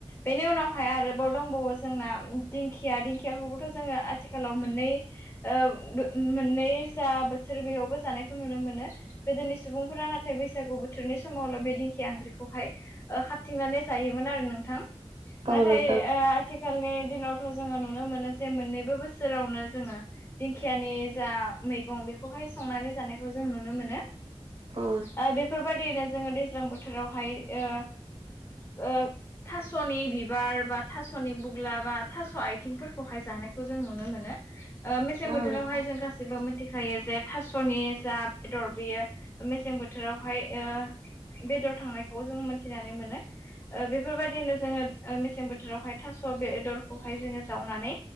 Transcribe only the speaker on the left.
बेनि उनाव हाय आरोबाव दंबावो जोंना दिंखिया। दिंखियाखौबोथ' जोङो आथिखालाव मोननै ओ मोननै जा बोथोर बेयावबो जानायखौ नुनो मोनो। गोदोनि सुबुंफोरा नाथाय बैसागु बोथोरनि समावल' बे दिंखिया ओंख्रि खौहाय ओ खाबथिंनानै जायोमोन आरो नोंथां।
नाथाय
ओ <unintelligible> आथिखालनि दिनावथ' जोङो नुनो मोनो जे मोननैबो बोसोरावनो जोङो दिंखियानि जा मैगं बेखौहाय संनानै जानायखौ जों नुनो मोनो।
ओ बेफोरबायदियैनो जोङो दैज्लां बोथोरावहाय ओ ओ थास'नि बिबार, बा थास'नि बुग्ला, बा थास' आथिंफोरखौहाय जानायखौ जों नुनो मोनो। ओ मेसें
बोथोरावहाय
जों गास सैबो मोनथिखायो जे थास'नि जा बेदर बियो मेसें बोथोरावहाय ओ बेदर थांनायखौ जों मोनथिनानै मोनो। ओ बेफोरबायदिनो जोङो ओ मेसें बोथोरावहाय थास' बेदरखौहाय जोङो जावनानै